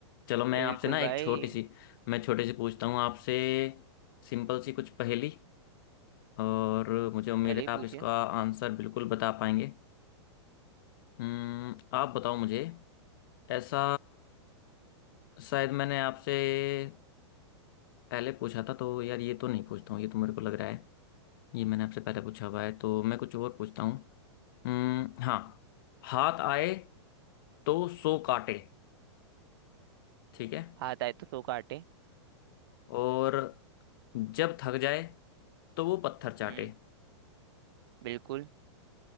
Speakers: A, on the left (about 45°); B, on the right (about 55°).
A: चलो मैं
B: बिल्कुल
A: आपसे ना एक
B: भाई
A: छोटी सी मैं छोटी सी पूछता हूँ आपसे सिंपल सी कुछ पहेली और मुझे उम्मीद
B: चलिए
A: है
B: पूछिए
A: आप इसका आंसर बिल्कुल बता पाएंगे हम्म, आप बताओ मुझे ऐसा शायद मैंने आपसे पहले पूछा था तो यार ये तो नहीं पूछता हूँ ये तो मेरे को लग रहा है ये मैंने आपसे पहले पूछा हुआ है तो मैं कुछ और पूछता हूँ हम्म, हाँ हाथ आए तो सो काटे ठीक है
B: हाथ आए तो सो काटे
A: और जब थक जाए तो वो पत्थर चाटे
B: हम्म बिल्कुल